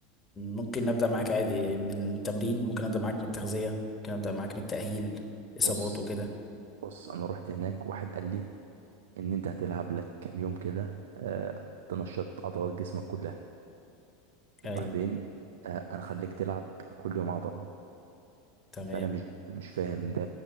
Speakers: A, on the left (about 20°); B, on the right (about 80°).
A: ممكن نبدأ معاك عادي من التمرين ممكن ابدأ معاك من التغذية ممكن ابدأ معاك من التأهيل اصابات
B: بص
A: وكده
B: بص انا رحت هناك واحد قال لي ان انت هتلعب لك كام يوم كده آه، تنشط عضلات جسمك كلها وبعدين
A: ايوه
B: آه، انا خليك تلعب كل يوم عضلة
A: تمام
B: فانا مش مش فاهم ده